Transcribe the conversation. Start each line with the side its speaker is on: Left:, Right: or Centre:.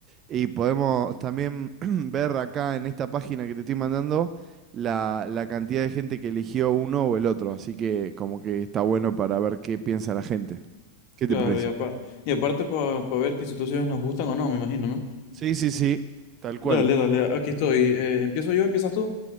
Right: Y podemos también <clears throat> ver acá en esta página que te estoy mandando la, la cantidad de gente que eligió uno o el otro. Así que como que está bueno para ver qué piensa la gente. ¿Qué te
Left: Claro,
Right: parece?
Left: y, apar- y aparte para ver qué situaciones nos gustan o no, me imagino, ¿no?
Right: Sí, sí, sí, tal cual.
Left: Dale, dale, aquí estoy. Eh, ¿empiezo yo? ¿Empiezas tú?